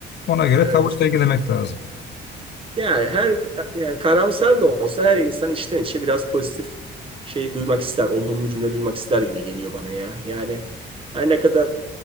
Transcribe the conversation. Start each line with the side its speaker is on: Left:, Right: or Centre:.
Left: Ona göre
Right: Evet.
Left: tavır sergilemek lazım.
Right: Yani her yani karamsar da olsa her insan içten içe biraz pozitif şey duymak ister. Olumlu cümle duymak ister gibi geliyor bana ya. Yani her ne kadar